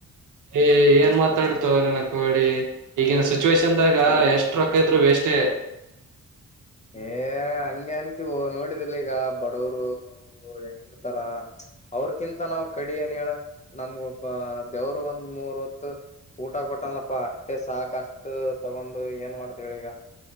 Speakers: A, on the right; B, on the left.
A: ಏ್ ಏನ್ ಮಾತಾಡ್ತೋ ನನ ಕಿ ಈಗಿನ ಸಿಚುವೇೇಶನ್ದಾಗ ಎಷ್ಟ ರೊಕ್ಕ ಹಿದ್ರರು ವೇಸ್ೇ
B: ಏ ಹಂಗೆ ಅನ್ಂತವು ನೋಡಿದಲ್ಲಿ ಈಗ ಬಡವರುರು ಹೆಂಗಿರ್ತಾರ ಅವ್ರಕಿಂತ ನಾವ್ ಕಡಿ ಅನ್ ಹೇಳ ನಮ್ಗ ಒಬ್ಬ ದೇವರು ಒಂದ್ ಮೂರ್ ಇ ಊಟ ಕೊಟ್ಟನಪ್ಪಾ ಅಷ್ಟೇ ಸಾಕಷ್ಟು ತಗೊಂಡು ಏನ್ ಮಾಡ್ತೇಳ ಈಗ